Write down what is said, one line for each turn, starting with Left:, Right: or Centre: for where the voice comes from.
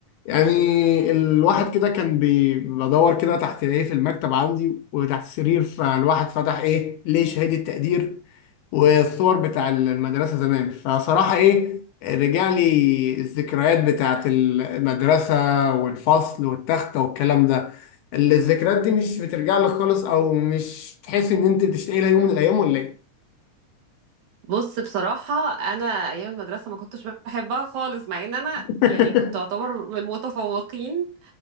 Left: يعني الواحد كده كان بي- بدور كده تحت ايه في المكتب عندي وتحت السرير فالواحد فتح ايه ليه شهادة تقدير والصور بتاع المدرسة زمان فصراحة ايه رجع لي الذكريات بتاعت المدرسة والفصل والتختة والكلام ده الذكريات دي مش بترجع لك خالص او مش تحس ان انت بتشتاق لها يوم من الايام ولا ايه؟
Right: بص بصراحة أنا أيام المدرسة ما كنتش بحبها خالص مع إن أنا
Left: <laughs>
Right: يعني كنت أعتبر من المتفوقين